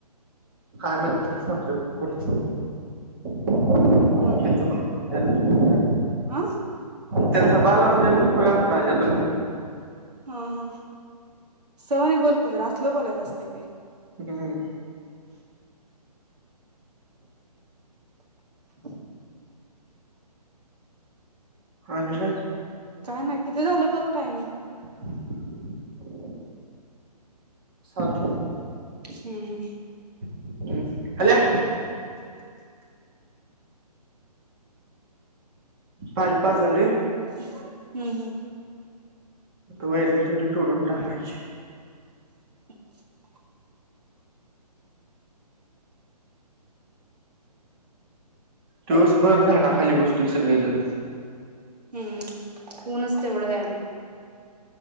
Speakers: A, on the right (about 35°); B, on the right (about 75°).
A: नाही खरं सांगतोय पण खोटं <unintelligible>
B: हम्म,
A: त्यांचं
B: हम्म आ?
A: त्याचं बा लावून द्यायला नको होय <unintelligible> आल्या तुम्ही
B: हा हा सवनी बोल की जरा असलं बोलायचं असतंय काय?
A: हं
B: <inaudible>
A: आणि काय?
B: काय नाय, किती झालं बघ टायमिंग?
A: <inaudible> सात.
B: हम्म हम्म
A: हम्म हाल्या पाणी पाजालूय.
B: हं, हं.
A: तू वैरण तिवढी तोडून टाकायची.
B: <inaudible>
A: दिवसभर झाडाखाली बसतूय सगळीजण.
B: हम्म, कोणंच तेवढं हाय आणि